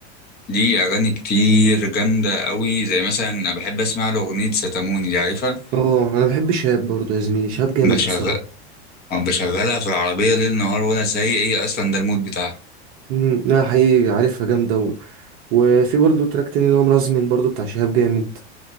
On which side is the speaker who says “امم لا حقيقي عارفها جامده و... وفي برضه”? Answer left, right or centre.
Right